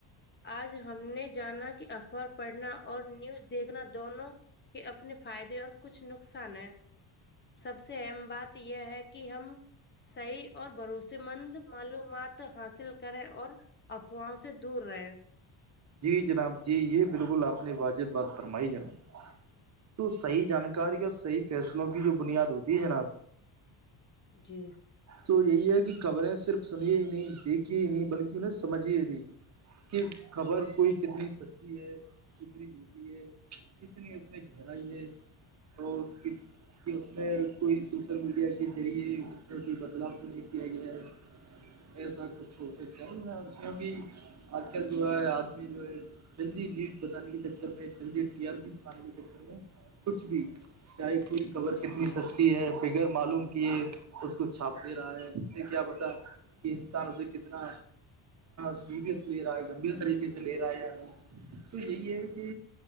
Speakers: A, on the left; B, on the right.
A: آج ہم نے جانا کہ اخبار پڑھنا اور نیوز دیکھنا دونوں کہ اپنے فائدے اور کچھ نقصان ہے سب سے اہم بات یہ ہے کہ ہم صحیح اور بھروسے مند معلومات حاصل کریں اور افواہوں سے دور رہیں
B: جی جناب جی یہ بالکل آپ نے واجب بات فرمائی جناب تو صحیح جانکاری
A: جی
B: اور صحیح فیصلوں کی جو بنیاد ہوتی ہے جناب
A: جی
B: تو یہی ہے کہ خبریں صرف سنی ہی نہیں دیکھیے ہی نہیں بلکہ انہیں سمجھیے بھی کہ خبر کوئی کتنی سچتی ہے کتنی جووٹی ہے کتنی اس میں گہرائی ہے اور ک کہ اس میں کوئی سوشل میڈیا کے ذریعے اس میں کوئی بدلاؤ تو نہیں کیا گیا ہے ای س کچھ ہو تو کہیں آ کی بھی اج کل جو ہے آدمی جو ہے جلدی نیٹ بتانے کے چکر میں جلدی ر بکانے کے چکر میں کچھ بھی چے کوئی خبر کتنی سچتی ہے بغیر معلوم کیے اس کو چھاپ دے رہا ہے کیا پتا کہ انسان اسے کتنا سیریسلی رہ گمبھیر طریقے سے لے رہا ہے یا نہیں تو یہی ہے کہ